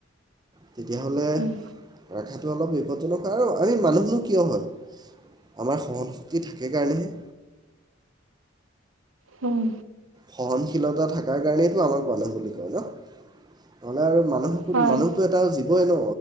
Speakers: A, on the right; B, on the right.
A: তেতিয়াহ'লে
B: উম
A: ৰাখাত অলপ বিপদজনক হয়। আৰু আমি মানুহ নো কিয় হয়? আমাৰ সহনশক্তি থাকে কাৰণেহে
B: উম।
A: সহনশীলতা থাকাৰ কাৰণেটো আমাক মানুহ বুলি কয় ন। নহ'লে, আৰু মা মানুহটো,
B: হয়
A: মানুহটো এটা জীৱই ন